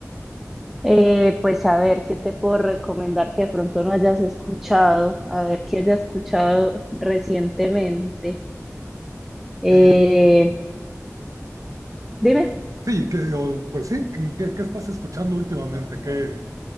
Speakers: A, in the centre; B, on the right (about 90°).
A: Eh, pues a ver, ¿qué te puedo recomendar que de pronto no hayas escuchado? A ver, ¿qué hayas escuchado recientemente? Eh,
B: Sí,
A: dime,
B: sí que, o, pues sí, ¿qué, qué- qué estás escuchando últimamente? ¿Qué,